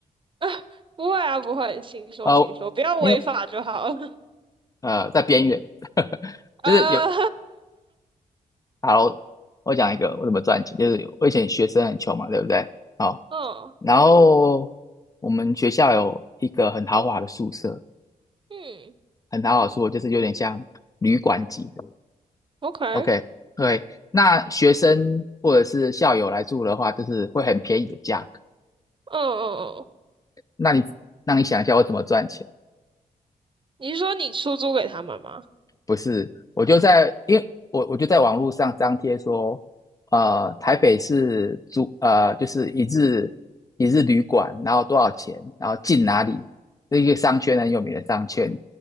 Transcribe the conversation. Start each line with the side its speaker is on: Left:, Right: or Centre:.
Right: <laughs> 不会啊，不会，请说，
Left: <laughs> 哦，
Right: 请说，不要违法就好了。
Left: 因为呃在边缘，<laughs>
Right: <laughs>
Left: 就是有。
Right: 呃，
Left: 好，我讲一个我怎么赚钱，就是我以前学生很穷嘛，对不对？好，
Right: <laughs> 嗯
Left: 然后我们学校有一个很豪华的宿舍，
Right: 嗯
Left: 很豪华的宿舍就是有点像旅馆级的。
Right: ，OK，嗯
Left: OK，对，那学生或者是校友来住的话，就是会很便宜的价格。
Right: 嗯嗯，
Left: 那你那你想一下，我怎么赚钱？
Right: 你是说你出租给他们吗？
Left: 不是，我就在，因为我我就在网络上张贴说，呃，台北市租呃就是一日一日旅馆，然后多少钱，然后进哪里，是一个商圈很有名的商圈，